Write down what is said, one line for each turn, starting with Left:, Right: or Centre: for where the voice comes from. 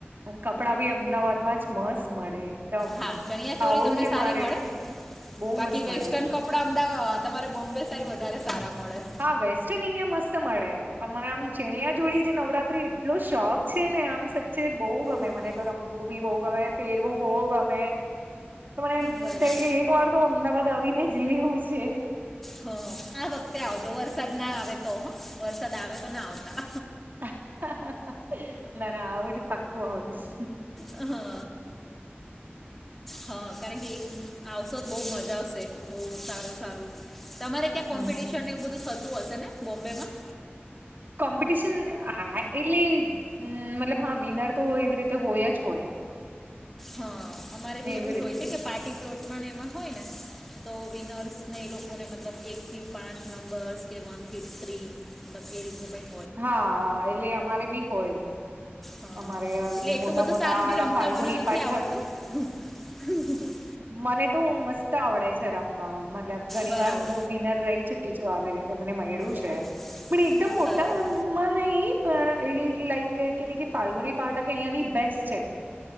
Right: અને કપડાં ભી અમદાવાદ માં જ મસ્ત મળે. એકદમ
Centre: હા ચણિયા ચોરી
Right: આવું
Centre: તમને
Right: છે
Centre: સારી
Right: મારે
Centre: મળે
Right: બહુ
Centre: બાકી
Right: મસ્ત
Centre: વેસ્ટન
Right: મળે
Centre: કપડા અમદાવાદ તમારે બોમ્બે સાઈડ વધારે સારા મળે.
Right: હા વેસ્ટર્ન અહીંયા મસ્ત મળે પણ મને આમ ચણીયા ચોળી જે નવરાત્રી એટલો શોખ છે ને આમ છે બો ગમે
Centre: ઓકે
Right: મને તો રમવું બી બહુ ગમે પહેરવું બહુ ગમે મને એમ
Centre: બરાબર
Right: કઈ કે એક વાર તો અમદાવાદ આવીને જ લેવું છે.
Centre: હ આ વખતે આવજો વરસાદ ના આવે તો વરસાદ આવે તો ના આવતા.
Right: <unintelligible> ના ના આવું જ પક્કું આવિશ.
Centre: હા હા કારણ કે એક આવું સો જ બહુ મજા આવશે બહુ સારું સારું તમારે ત્યાં કોમ્પિટિશન
Right: હમ.
Centre: ટિશન એવું બધું થતું હશે ને બોમ્બેમાં.
Right: કોમ્પિટિશન હા એટલે હમ્મ મતલબ હા વિનર તો એવી રીતે હોય જ હોય.
Centre: હા અમારે બી
Right: એવી
Centre: એવું જ
Right: રીતે
Centre: હોય છે કે પાર્ટી પ્લોટમાં ને એમાં હોય ને- તો વિનર્સને એ લોકોને મતલબ એક થી પાંચ નંબર્સ કે વન થી થ્રી- નક્કી એ રીતનું કઈ -
Right: હા એટલે અમારે બી હોય-
Centre: હા
Right: અમારે
Centre: એટલે એટલું
Right: મોટા
Centre: બધું
Right: મોટા
Centre: સારું
Right: આલા
Centre: બી રમતા
Right: ફાલ્ગુની
Centre: મને નથી
Right: પાઠક
Centre: આવડતું- હ <inaudible>
Right: મને તો મસ્ત આવડે છે રમવા મતલબ ઘણી
Centre: બરાબર
Right: વાર હું વિનર રહી ચુકી છું આવી રીત- મને મૈડુ છે
Centre: ઓહો
Right: પણ એકદમ મો-
Centre: સરસ
Right: માં નહી પણ એ લાઈક કે ન કે ફાલ્ગુની પાર્ટ કે અહિયાયાની બેસ્ટ છે.